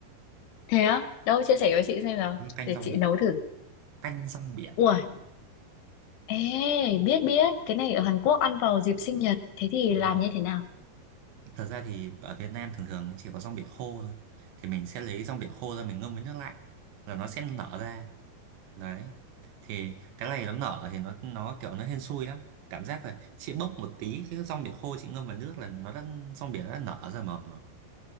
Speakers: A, on the left; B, on the right.
A: Thế á? Đâu chia sẻ với chị xem nào.
B: Đó là canh
A: Để
B: rong
A: chị
B: biển
A: nấu thử.
B: canh rong biển
A: ui ê, biết biết, cái này ở Hàn Quốc ăn vào dịp sinh nhật, thế thì
B: đúng
A: làm
B: rồi
A: như thế nào?
B: thật ra thì ở Việt Nam thường thường chỉ có rong biển khô thôi thì mình sẽ lấy rong biển khô ra mình ngâm với nước lạnh là nó sẽ nở ra đấy thì cái này nó nở thì nó nó kiểu nó hên xui lắm cảm giác là chị bốc một tí cái rong biển khô chị ngâm vào nước là nó đã rong biển nó đã nở ra mầm rồi